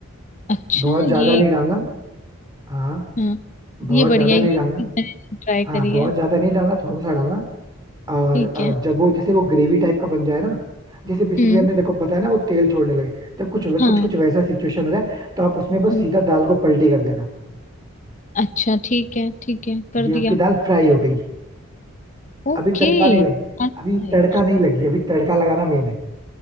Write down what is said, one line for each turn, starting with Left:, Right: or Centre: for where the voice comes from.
Left: अच्छा
Right: बहुत ज्यादा
Left: ये
Right: नहीं डालना हाँ
Left: हाँ
Right: बहुत
Left: ये बढ़िया
Right: ज्यादा
Left: ये
Right: नहीं डालना
Left: मैंने ट्राई करी
Right: हाँ बहुत
Left: है
Right: ज्यादा नहीं डालना थोड़ा सा डालना और
Left: ठीक
Right: अ,
Left: है
Right: जब वो जैसे वो ग्रेवी टाइप का बन जाए ना जैसे बेसिकली
Left: हम्म
Right: हमने देखो बताया ना वो तेल छोड़ने लगे जब कुछ
Left: हाँ
Right: कुछ कुछ वैसा सिचुएशन हो जाए तो आप उसमें बस
Left: हम्म,
Right: सीधा दाल को पलटी कर देना
Left: अच्छा ठीक है ठीक है कर
Right: ये
Left: दिया
Right: आपकी दाल फ्राई हो गई
Left: ओके
Right: अभी तड़का नहीं लगी
Left: अच्छा
Right: अभी
Left: है
Right: तड़का नहीं लगी अभी तड़का लगाना मेन है